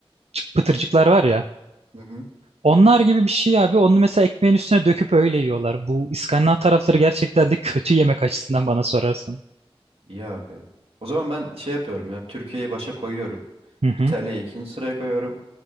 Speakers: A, on the right; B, on the right.
A: çıt- pıtırcıklar var ya.
B: Hı hı.
A: Onlar gibi bir şey abi. Onu mesela ekmeğin üstüne döküp öyle yiyorlar. Bu İskandinav tarafları gerçekten de kötü yemek açısından bana sorarsan.
B: İyi abi ya. O zaman ben şey yapıyorum ya. Türkiye'yi başa koyuyorum.
A: Hı hı.
B: İtalya'yı ikinci sıraya koyuyorum.